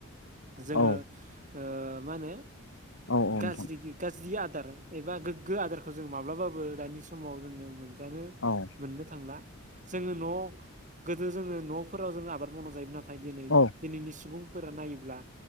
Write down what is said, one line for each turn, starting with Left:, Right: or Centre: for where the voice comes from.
Right: जोङो
Left: औ
Right: ओ मा होनो
Left: औ नोंथां
Right: गाज्रि गाज्रि आदार एबा गोग्गो आदारखौ जों माब्लाबाबो दानि समाव जोङो मोनजानो
Left: ओं।
Right: मोननो थांला जोङो न' गोदो जोङो न'फोराव जोङो आबाद माव जायोमोन नाथाय दिनै
Left: औ
Right: दिनैनि सुबुंफोरा नायोब्ला